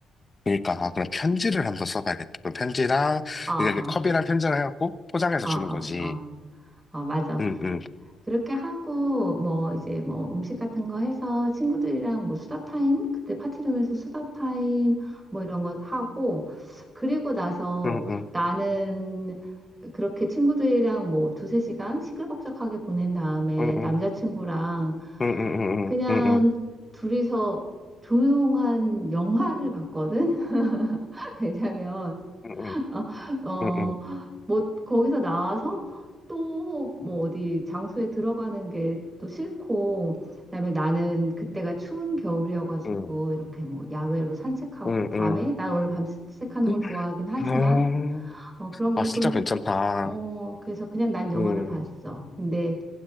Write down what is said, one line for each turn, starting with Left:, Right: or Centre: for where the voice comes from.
Left: 그니까, 아, 그럼 편지를 한번 써봐야겠다. 그럼 편지랑,
Right: 아,
Left: 이게
Right: 아,
Left: 컵이랑 편지를 해갖고 포장해서
Right: 아,
Left: 주는
Right: 아,
Left: 거지.
Right: 아. 아, 맞아.
Left: 응, 응,
Right: 그렇게 하고 뭐 이제 뭐 음식 같은 거 해서 친구들이랑 뭐 수다 타임 그때 파티룸에서 수다 타임 뭐 이런 거 하고 그리고 나서
Left: 응, 응,
Right: 나는 그렇게 친구들이랑 뭐 두세 시간 시끌벅적하게 보낸 다음에
Left: 응, 응,
Right: 남자친구랑
Left: 응, 응, 응, 응,
Right: 그냥
Left: 응, 응,
Right: 둘이서 조용한 영화를 봤거든. <laughs> 왜냐면
Left: 응,
Right: 아, 어,
Left: 응,
Right: 뭐, 거기서 나와서 또 뭐 어디 장소에 들어가는 게 또 싫고, 그다음에 나는 그때가 추운 겨울이어가지고
Left: 응, 응,
Right: 이렇게 뭐 야외로 산책하고
Left: 응,
Right: 밤에,
Left: 응.
Right: 난 원래 밤 산책하는
Left: 음.
Right: 거 좋아하긴 하지만,
Left: 어,
Right: 어, 그런 것도,
Left: 아, 진짜 괜찮다.
Right: 어, 그래서 그냥 난 영화를
Left: 음,
Right: 봤어. 근데